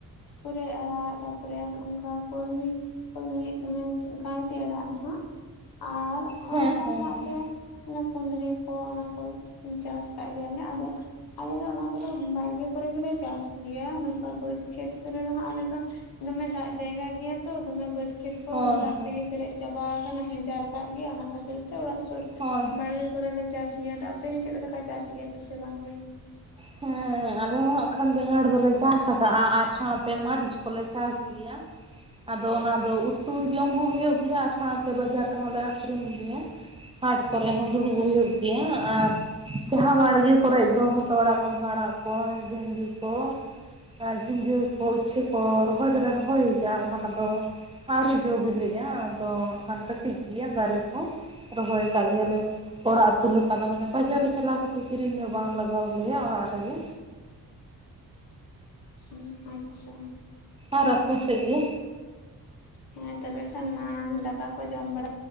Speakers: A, on the left (about 85°); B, on the right (about 15°).
A: ᱯᱩᱨᱟᱹᱭ ᱟᱲᱟᱜ ᱛᱟᱯᱚᱨᱮ ᱚᱱᱠᱟ ᱠᱚᱨᱢᱤ ᱠᱚᱨᱢᱤ ᱢᱟᱱᱮ ᱠᱟᱣᱫᱤ ᱟᱲᱟᱜ ᱱᱟᱦᱟᱜ, ᱟᱨ
B: ᱦᱮᱸ
A: ᱚᱱᱟ ᱥᱟᱶ
B: ᱦᱮᱸ
A: ᱥᱟᱶᱛᱮ
B: ᱦᱮᱸ
A: ᱚᱱᱟ ᱠᱩᱫᱽᱨᱤ ᱠᱚ ᱚᱱᱟᱠᱚ ᱪᱟᱥ ᱟᱠᱟᱫ ᱜᱮᱭᱟᱞᱮ ᱟᱫᱚ ᱟᱞᱮᱫᱚ ᱚᱱᱟ ᱠᱚᱫᱚ ᱵᱟᱲᱜᱮ ᱠᱚᱨᱮ ᱜᱮᱞᱮ ᱪᱟᱥ ᱜᱮᱭᱟ, ᱱᱚᱝᱠᱟ ᱵᱟᱹᱫᱽ ᱠᱷᱮᱛ ᱠᱚᱨᱮ ᱫᱚ ᱟᱞᱮᱫᱚ ᱫᱚᱢᱮ ᱫᱟᱜ ᱡᱟᱭᱜᱟ ᱜᱮᱭᱟ ᱛᱚ᱾ ᱫᱚᱢᱮ ᱵᱟᱹᱫᱽ ᱠᱷᱮᱛ ᱠᱚ
B: ᱦᱳᱭ
A: ᱫᱟᱜ
B: ᱦᱳᱭ
A: ᱛᱮᱜᱮ ᱯᱮᱨᱮᱡ ᱪᱟᱵᱟ ᱟᱠᱟᱱᱟ᱾ ᱦᱮᱸ ᱪᱟᱨᱠᱟᱜ ᱜᱮᱭᱟ ᱚᱱᱟ ᱠᱷᱟᱹᱛᱤᱨ ᱛᱮ ᱚᱲᱟᱜ ᱥᱩᱨ
B: ᱦᱳᱭ
A: ᱵᱟᱲᱜᱮ ᱯᱩᱨᱟᱹ ᱞᱮ ᱪᱟᱥ ᱜᱮᱭᱟ, ᱟᱫᱚ ᱟᱯᱮ ᱜᱮ ᱪᱮᱫ ᱞᱮᱠᱟ ᱪᱟᱥ ᱜᱮᱭᱟ ᱯᱮᱥᱮ ᱵᱟᱝᱜᱮ?
B: ᱦᱮᱸ᱾ ᱦᱮᱸ ᱟᱞᱮ ᱦᱚᱸ ᱦᱟᱸᱜ ᱠᱷᱟᱱ ᱵᱮᱸᱜᱟᱲ ᱫᱚᱞᱮ ᱪᱟᱥ ᱟᱠᱟᱜᱼᱟ ᱟᱨ ᱥᱟᱶᱛᱮ ᱢᱟᱹᱨᱤᱪ ᱠᱚᱞᱮ ᱪᱟᱥ ᱜᱮᱭᱟ᱾ ᱟᱫᱚ ᱚᱱᱟᱫᱚ ᱩᱛᱩ ᱡᱚᱢ ᱦᱚᱸ ᱦᱩᱭᱩᱜ ᱜᱮᱭᱟ ᱟᱨ ᱥᱟᱶᱛᱮ ᱵᱟᱡᱟᱨ ᱨᱮᱦᱚᱸᱞᱮ ᱟᱠᱷᱨᱤᱧ ᱜᱮᱭᱟ᱾ ᱦᱟᱴ ᱠᱚᱨᱮᱜ ᱦᱚᱸ ᱫᱩᱲᱩᱵ ᱦᱩᱭᱩᱜ ᱜᱮᱭᱟ ᱟᱨ ᱡᱟᱦᱟᱸ ᱵᱟᱲᱜᱮ ᱠᱚᱨᱮ ᱫᱚ ᱦᱚᱛ ᱛᱚᱲᱟᱜ ᱠᱚᱰᱷᱟ ᱟᱲᱟᱜ ᱠᱚ, ᱵᱷᱮᱱᱰᱤ ᱠᱚ᱾ ᱠᱟ ᱡᱷᱤᱸᱜᱟᱹ ᱠᱚ, ᱩᱪᱷᱟᱹ ᱠᱚ, ᱨᱚᱦᱚᱭ ᱫᱚᱞᱮ ᱨᱚᱦᱚᱭ ᱟᱠᱟ-ᱟ ᱦᱟᱸᱜ ᱠᱷᱟᱱ ᱟᱫᱚ ᱟᱹᱮᱨᱤ ᱡᱚ ᱵᱤᱞᱤᱜᱼᱟ ᱟᱫᱚ ᱦᱟᱜᱠᱷᱟᱱ ᱠᱟᱹᱴᱤᱡ ᱜᱮᱭᱟ ᱫᱟᱨᱮ ᱠᱚ᱾ ᱨᱚᱦᱚᱭ ᱟᱠᱟᱟᱜ ᱜᱮᱭᱟᱞᱮ ᱚᱲᱟᱜ ᱩᱛᱩ ᱞᱮᱠᱟ ᱫᱚ ᱢᱟᱱᱮ ᱵᱟᱡᱟᱨ ᱨᱮ ᱪᱟᱞᱟᱣ ᱠᱟᱛᱮ ᱠᱤᱨᱤᱧ ᱫᱚ ᱵᱟᱝ ᱞᱟᱜ ᱫᱚᱦᱚᱞᱮᱭᱟ ᱚᱲᱟᱜ ᱨᱮᱜᱮ᱾
A: ᱦᱩᱸ ᱟᱪᱪᱷᱟ᱾
B: ᱟᱨ ᱟᱯᱮ ᱥᱮᱫ ᱜᱮ?
A: ᱦᱮᱸ ᱛᱚᱵᱮ ᱠᱷᱟᱱ ᱢᱟ ᱫᱟᱠᱟ ᱠᱚ ᱡᱚᱢ ᱵᱟᱲᱟ